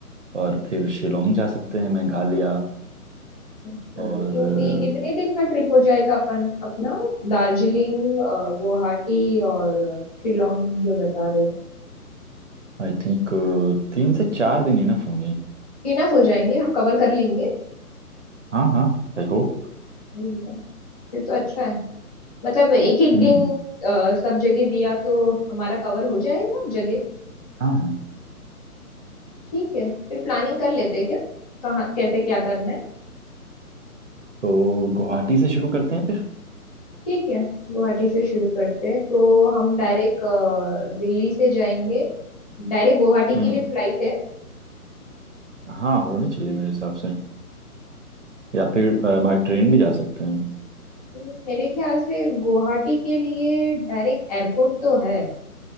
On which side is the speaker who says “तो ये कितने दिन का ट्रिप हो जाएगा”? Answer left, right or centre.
Left